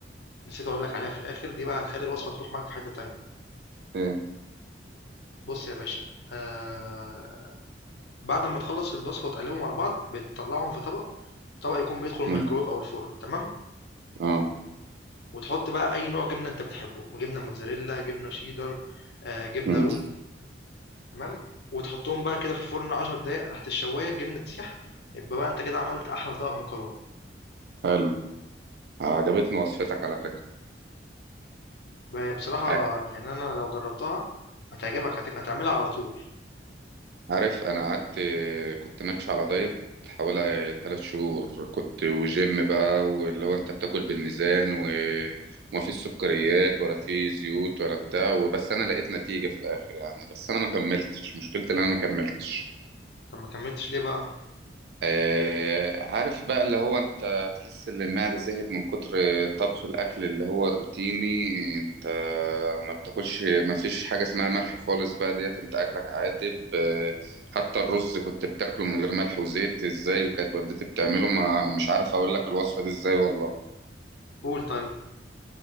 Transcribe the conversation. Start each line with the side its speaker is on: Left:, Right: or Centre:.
Left: نسيت اقول لك عليها في الاخر دي بقى هتخلي الوصفه تروح معاك في حته تانية
Right: ايه
Left: بص يا باشا آه بعد ما تخلص الوصفه وتقلبهم على بعض بتطلعهم في طبق طبق يكون بيدخل الميكرويف
Right: مم.
Left: او الفرن تمام
Right: اه
Left: وتحط بقى اي نوع جبنه انت بتحبه جبنه موتزاريلا جبنه شيدر آه جبنه
Right: امم
Left: رومي تمام وتحطهم بقى كده في الفرن 10 دقايق تحت الشوايه الجبنه تسيح يبقى بقى انت كده عملت احلى طبق مكرونه
Right: حلو عجبتني وصفتك على فكرة
Left: بقى بصراحه
Right: ع-
Left: يعني انا لو جربتها هتعجبك هت- هتعملها على طول
Right: عارف انا قعدت كنت ماشي على دايت حوالي ثلاث شهور كنت وجيم بقى واللي هو انت بتاكل بالميزان و... وما فيش سكريات ولا في زيوت ولا بتاع وبس انا لقيت نتيجة في الاخر يعني بس انا ما كملتش مشكلتي ان انا ما كملتش
Left: طب ما كمّلتش ليه بقى؟
Right: آه، عارف بقى اللي هو انت تحس ان المعدة زهقت من كتر طبخ الاكل اللي هو الروتيني انت ما بتاكلش ما فيش حاجة اسمها ملح خالص بقى ديت انت اكلك عادب آه، حتى الرز كنت بتاكله من غير ملح وزيت ازاي كانت والدتي بتعمله ما مش عارف اقول لك الوصفة دي ازاي والله
Left: قُل طيب،